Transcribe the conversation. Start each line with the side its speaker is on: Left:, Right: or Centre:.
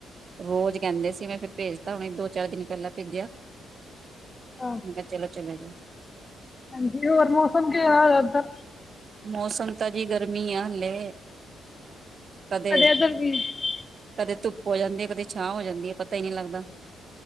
Right: ਰੋਜ਼ ਕਹਿੰਦੇ ਸੀ ਮੈਂ ਫਿਰ ਭੇਜਤਾ ਹੁਣੇ ਦੋ -ਚਾਰ ਦਿਨ ਪਹਿਲਾਂ ਭੇਜਿਆ
Left: ਹਾਂ,
Right: ਮ ਚਲੋ- ਚਲੇ ਜਾ
Left: ਹਾਂਜੀ ਹੋਰ ਮੌਸਮ ਕਿਹੋ ਹਾਲ ਹੈ ਉੱਧਰ
Right: ਮੌਸਮ ਤਾਜਗਰਮੀ ਆ ਹਲੇ
Left: ਸਾਡੇ
Right: ਕਦੇ,
Left: ਇੱਧਰ ਵੀ ਆ
Right: ਕਦੇ ਤੁ ਹੋ ਜਾਂਦੇ ਆ ਕਦੇ ਛਾਂ ਹੋ ਜਾਂਦੀ ਹੈ ਪਤਾ ਹੀ ਨਹੀ ਲੱਗਦਾ